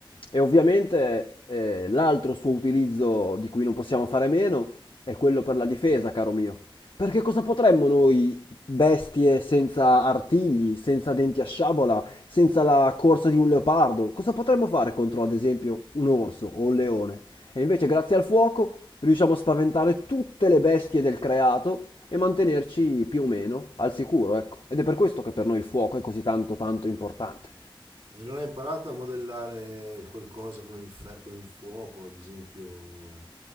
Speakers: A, on the left; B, on the right.
A: E ovviamente eh, l'altro suo utilizzo di cui non possiamo fare meno è quello per la difesa, caro mio. Perché cosa potremmo noi, bestie senza artigli, senza denti a sciabola, senza la corsa di un leopardo, cosa potremmo fare contro, ad esempio, un orso o un leone? E invece, grazie al fuoco, riusciamo a spaventare tutte le bestie del creato e mantenerci più o meno al sicuro, ecco. Ed è per questo che per noi il fuoco è così tanto tanto importante.
B: E non hai imparato a modellare qualcosa con il, fe- con il fuoco, ad esempio